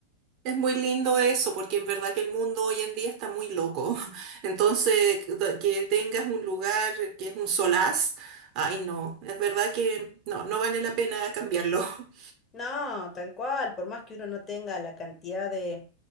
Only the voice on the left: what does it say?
No, tal cual, por más que uno no tenga la cantidad de